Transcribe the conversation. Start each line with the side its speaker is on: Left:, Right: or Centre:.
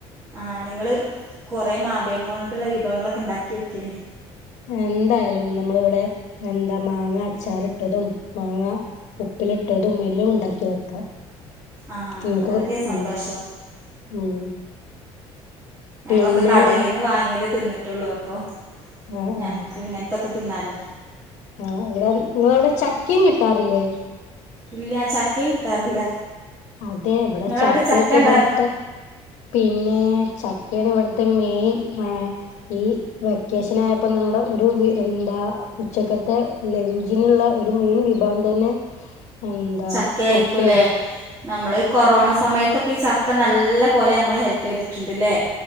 Right: ആ നിങ്ങള് കൊറെ മാപേങ്ങ കൊണ്ടള്ള വിഭവങ്ങളൊക്കെ ഉണ്ടാക്കി വെക്കേണ്ടണ്ട്
Left: എന്തായാലും നമ്മളിവിടെ എന്താ മാങ്ങ അച്ചാറി ഇട്ടതും മാങ്ങ ഉപ്പിലിട്ട്തുമെല്ലാം ഉണ്ടാക്കി വെക്കാം
Right: ആഹ്
Left: നിങ്ങക്ക്
Right: അത് വളരെ സന്തോഷം
Left: ഉം ഉം
Right: ഞങ്ങളൊക്കെ
Left: പിന്നെ
Right: കടയിൽന്ന് വാങ്ങിയതേ തിന്നിട്ടുള്ളൂ അപ്പൊ
Left: ആഹ്
Right: ഞങ്ങക്ക്
Left: ആഹ്
Right: ഇങ്ങന ത്തെ തിന്നാലോ
Left: ആഹ ഇവിടെ നിങ്ങളവിടെ ചക്കയും കിട്ടാറില്ലേ
Right: ഇല്ല ചക്കേ കിട്ടാറില്ല
Left: അതെ ഇവിടെ
Right: നിങ്ങളവിടെ
Left: ചക്കയൊക്കെ
Right: ചക്ക ഉണ്ടായിരുന്നു
Left: ഇവിടുത്തെ പിന്നെ ചക്കയാണ് ഇവിടുത്തെ മെയിൻ ഈ വെക്കേഷൻ ആയപ്പോ നിങ്ങളുടെ ഒരു എന്താ ഉച്ചക്കത്തെ ലെഞ്ചിനുള്ള ഒരു മെയിൻ വിഭവം തന്നെ എന്താ
Right: ചക്കയായിരിക്കൂല്ലേ
Left: ചക്കയ
Right: നമ്മള് ഈ കൊറോണ സമയത്തൊക്കെ ഈ ചക്ക നല്ല പോലെ നമ്മളെ ഹെൽപ് ചെയ്തിട്ടുണ്ട്ല്ലേ